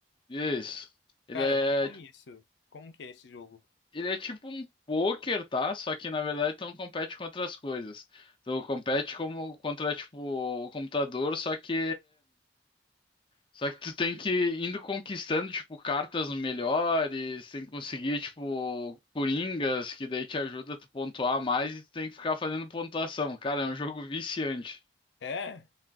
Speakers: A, on the left; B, on the left.
A: Isso. Ele
B: Cara,
A: é,
B: não conheço. Como que é esse jogo?
A: ele é tipo um poker, tá? Só que na verdade tu não compete com outras coisas. Tu compete como contra tipo o computador, só que Só que tu tem que ir indo conquistando, tipo, cartas melhores, tem que conseguir, tipo, coringas, que daí te ajuda a tu pontuar mais e tu tem que ficar fazendo pontuação. Cara, é um jogo viciante.
B: É?